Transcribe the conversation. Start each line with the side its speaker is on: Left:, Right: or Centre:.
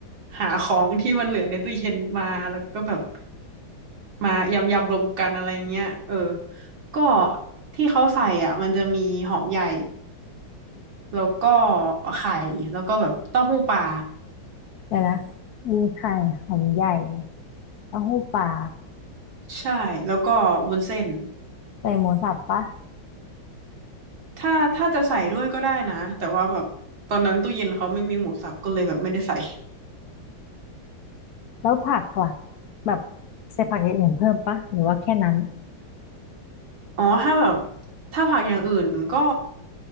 Right: หาของที่มันเหลือในตู้เย็นมาแล้วก็แบบมายำยำรวมกันอะไรเงี้ยเออก็ที่เขาใส่อ่ะมันจะมีหอมใหญ่แล้วก็ไข่แล้วก็แบบเต้าหู้ปลา
Left: แต่ละมีไข่หอมใหญ่เต้าหู้ปลา
Right: ใช่แล้วก็วุ้นเส้น
Left: ใส่หมูสับปะ
Right: ถ้าถ้าจะใส่ด้วยก็ได้นะแต่ว่าแบบตอนนั้นตู้เย็นเขาไม่มีหมูสับก็เลยแบบไม่ได้ใส่
Left: แล้วผักล่ะแบบใส่ผักอย่างอื่นเพิ่มปะหรือว่าแค่นั้น
Right: อ๋อถ้าแบบถ้าผักอย่างอื่นก็